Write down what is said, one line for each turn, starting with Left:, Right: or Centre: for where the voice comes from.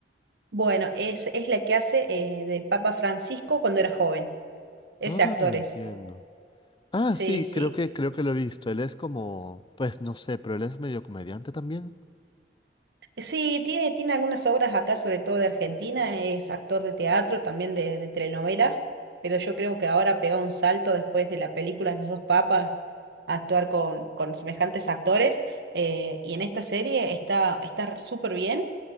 Right: Bueno, es, es la que hace eh, del Papa Francisco cuando era joven. Ese
Left: Ah,
Right: actor
Left: entiendo.
Right: es.
Left: Ah,
Right: Sí,
Left: sí,
Right: sí.
Left: creo que, creo que lo he visto. Él es como, pues no sé, pero él es medio comediante también.
Right: Sí, tiene, tiene algunas obras acá, sobre todo de Argentina. Es actor de teatro, también de, de telenovelas. Pero yo creo que ahora pegó un salto después de la película Los dos papas a actuar con, con semejantes actores. eh, y en esta serie está está súper bien.